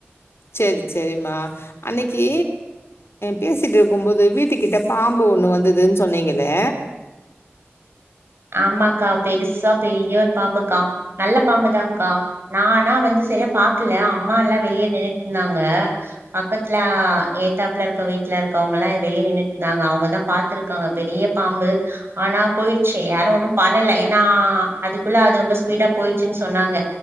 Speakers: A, on the left; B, on the right.
A: செரி செரிமா அன்னைகி பேசிட்டு இருக்கும்போது வீட்டு கிட்ட பாம்பு ஒண்ணு வந்துதுன்னு சொன்னீங்களே
B: ஆமாகா பெருசா பெரிய ஒரு பாம்புகா நல்ல பாம்புதாகா நானா வந்து செரியா பாக்கல அம்மா எல்லா வெளியே நின்னுட்டு இருந்தாங்க பக்கத்துல ஏதுத்தாப்புல இருக்குற வீட்டுல இருக்கவங்க எல்லா வெளியே நின்னு நாங்க அவங்கதா பாத்துருக்காங்க பெரிய பாம்பு ஆனா போயிட் செ யாரு ஒன்னு பண்ணல ஏன்னா அதுக்குள்ள அது ரொம்ப ஸ்பீடா போயிர்ச்சுன்னு சொன்னாங்க